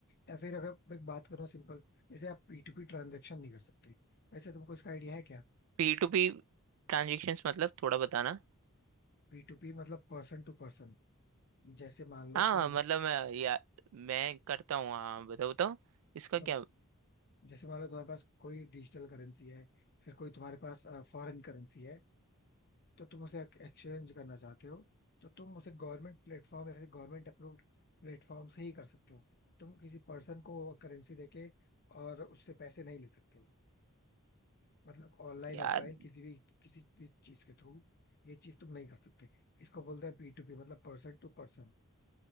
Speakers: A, on the left (about 45°); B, on the right (about 65°).
A: या फिर अगर मैं बात करूँ सिंपल जैसे आप पी टू पी ट्रांजेक्शन नहीं कर सकते वैसे तुमको इसका आइडिया है क्या
B: पी टू पी ट्रांजेक्शन्स मतलब थोड़ा बताना
A: पी टू पी मतलब पर्सन टू पर्सन जैसे मान लो
B: हाँ
A: कि अगर
B: मतलब मैं, या मैं करता हूँ हाँ बताओ बताओ इसका
A: मतलब
B: क्या
A: जैसे मान लो तुम्हारे पास कोई डिजिटल करेंसी है फिर कोई तुम्हारे पास फॉरेन करेंसी है तो तुम उसे एक्सचेंज करना चाहते हो तो तुम उसे गवर्नमेंट प्लेटफॉर्म या फिर गवर्नमेंट अप्रूव्ड प्लेटफॉर्म से ही कर सकते हो तुम किसी पर्सन को करेंसी देके और उससे पैसे नहीं ले सकते हो मतलब ऑनलाइन
B: यार
A: ऑफलाइन किसी भी किसी भी चीज के थ्रू ये चीज तुम नहीं कर सकते इसको बोलते हैं पी टू पी मतलब पर्सन टू पर्सन